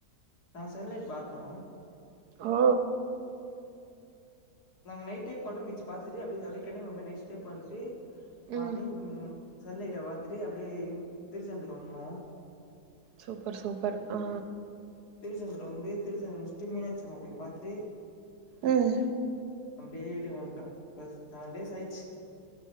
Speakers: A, on the left; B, on the right.
A: நா சென்லைட் பாத்தோ
B: ஓ
A: நாங்க நைட்டே கொல்லம் பீச் பாத்துட்டு அப்டே அப்டே கெனேவாம்லே நைட் ஸ்டே பண்ட்டு மார்னிங்
B: ம்
A: சன்லைட்ட பாத்துட்டு அப்டியே திருச்செந்தூர் வந்தோ
B: சூப்பர் சூப்பர் ஆ
A: திருச்செந்தூர் வந்து திருச்செந்தூர் முஸ்ட்டு மீனாட்சியம்மா கோயிலு பாத்துட்டு
B: ம்
A: அப்டியே வீட்டுக்கு வந்ட்டோ ஒரு செவன் டேஸ் ஆயிர்ச்சு